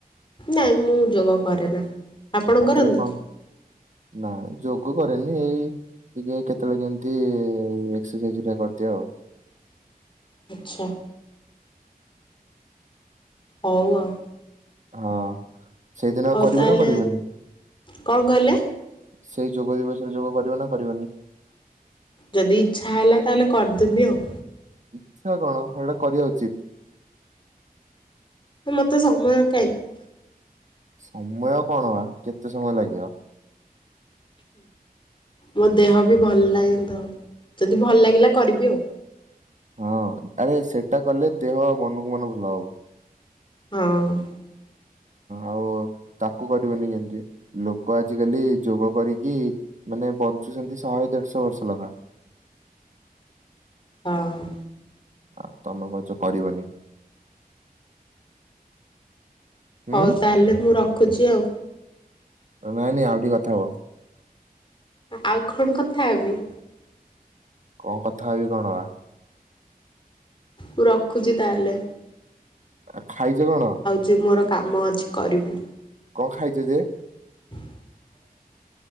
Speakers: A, on the left; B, on the right.
A: ନାଇଁ ମୁଁ ଯୋଗ କରେ ନା ଆପଣ
B: ଆଉ
A: କରନ୍ତି?
B: ତାହେଲେ କଣ ନା ଯୋଗ କରେନି ଏଇ ଟିକେ କେତେବେଳେ କେମିତି <unintelligible> କରିଦିଏ ଆଉ।
A: ଆଚ୍ଛା। ହଉ ଆଉ।
B: ହଁ ସେଇଦିନ
A: ହଉ
B: କରିବ
A: ତାହେଲେ
B: ନା କରିବନି?
A: କଣ କହିଲେ?
B: ସେଇ ଯୋଗ ଦିବସ ରେ ଯୋଗ କରିବ ନା କରିବନି?
A: ଯଦି ଇଛା ହେଲା ତାହେଲେ କରିଦେବି ଆଉ।
B: ଇଚ୍ଛା କଣ ସେଇଟା କରିବା ଉଚିତ।
A: ମୋତେ ସମୟ କାଇଁ।
B: ସମୟ କଣ ବା କେତେ ସମୟ ଲାଗିବ।
A: ମୋ ଦେହ ବି ଭଲ ନାହିଁ ଦ ଯଦି ଭଲ ଲାଗିଲା କରିବି ଆଉ।
B: ହଁ ଆରେ ସେଟା କଲେ ଦେହ ମନକୁ ମନ ଭଲ ହବ।
A: ହଁ। <inaudible>
B: ଆଉ ତାକୁ କରିବନି କେମିତି ଲୋକ ଆଜିକାଲି ଯୋଗ କରିକି ମାନେ ବଞ୍ଚୁଛନ୍ତି ଶହେ ଦେଢଶ ବର୍ଷ ଲେଖା।
A: ହଁ।
B: ଆ ତମେ କଚ କରିବନି? ହୁଁ
A: ହଉ ତାହେଲେ ମୁଁ ରଖୁଚି ଆଉ।
B: ନାଇ ନାଇଁ ଆଉ ଟିକେ କଥା ହୁଅ
A: ଆଉ କଣ କଥା ହେବି?
B: କଣ କଥା ହେବି କଣ ବା?
A: ମୁଁ ରଖୁଛି ତାହେଲେ?
B: ଆ ଖାଇଛ କଣ?
A: ଯେ ମୋର କାମ ଅଛି କରିବୁ
B: କଣ ଖାଇଛ ଯେ?
A: <inaudible> <unintelligible>